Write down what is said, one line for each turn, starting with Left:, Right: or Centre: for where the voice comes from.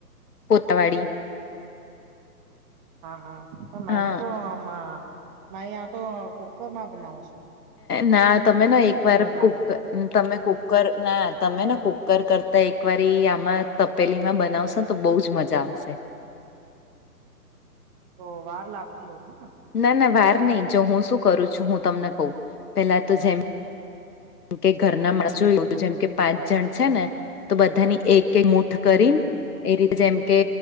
Left: <unintelligible>
Right: હા, હા, સર, મેને
Left: હા
Right: તો મા મારે આ તો કુકરમાં બનાવું છું.
Left: ના, તમે ના,
Right: સીટી
Left: એક વાર
Right: વગાડીને
Left: બુક. તમે કુકર, ના, તમે ને કુકર કરતા એક વાર આમાં. પેલીમાં બનાવશો ને, તો બહુ જ મજા આવશે.
Right: તો વાર લાગતી હોય ના?
Left: ના ના, વાર નહીં. જો હું શું કરું છું, હું તમને કહું, પેલા તો જેમ મ કે ઘરના માણસો, જોયું જેમ કે પાંચ જણ છે ને, તો બધાની એક એક મુઠ કરીને.
Right: હમ હમ
Left: એ ર જેમ કે,